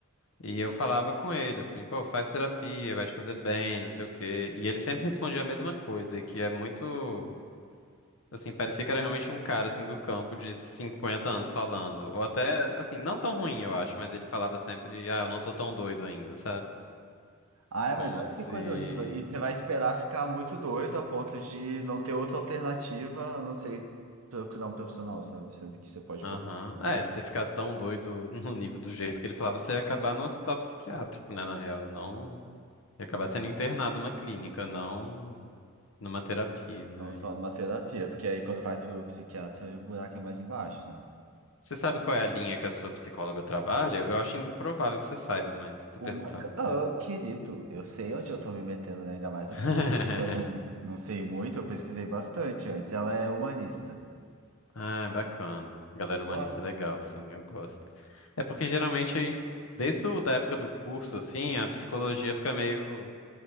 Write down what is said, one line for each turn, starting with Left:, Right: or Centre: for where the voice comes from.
Left: E eu falava com ele, assim, pô, faz terapia, vai te fazer bem, não sei o quê. E ele sempre respondia a mesma coisa, e que é muito, assim, parecia que era realmente um cara, assim, do campo de 50 anos falando. Ou até, assim, não tão ruim, eu acho, mas ele falava sempre, ah, eu não tô tão doido ainda, sabe?
Right: Ai,
Left: Como
Right: mas olha
Left: se
Right: que coisa horrível. E você vai esperar ficar muito doido a ponto de não ter outra alternativa, a não ser procurar um profissional, sabe? Sendo que você pode
Left: Aham.
Right: procurar, né?
Left: É, se você ficar tão doido <laughs> no nível do jeito que ele falava, você ia acabar no hospital psiquiátrico, né, na real. Não, ia acabar sendo internado numa clínica, não numa terapia, né?
Right: Não só
Left: E
Right: numa terapia, porque aí quando vai pro psiquiatra, o buraco é mais embaixo, né?
Left: você sabe qual é a linha que a sua psicóloga trabalha? Eu acho improvável que você saiba, mas tô
Right: Uma...
Left: perguntando porque...
Right: Ah, querido, eu sei onde eu tô me metendo, né? Ainda mais
Left: <laughs>
Right: essas coisas que eu não, não sei muito, eu pesquisei bastante antes. Ela é humanista.
Left: Ah, é bacana. Galera
Right: Você gosta?
Left: humanista é legal, assim, eu gosto. É porque geralmente, desde o, da época do curso, assim, a psicologia fica meio